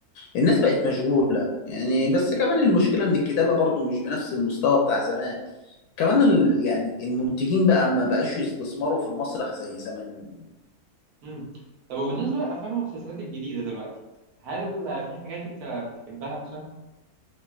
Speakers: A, on the left (about 85°); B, on the right (about 75°).
A: الناس بقت مشغولة يعني بس كمان المشكلة إن الكتابة برضو مش بنفس المستوى بتاع زمان كمان ال... يعني المنتجين بقى ما بقاش يستثمروا في المسرح زي زمان
B: امم طب وبالنسبه للافلام والمسلسلات الجديده دلوقتي هل آه، في حاجات انت بتحبها مثلا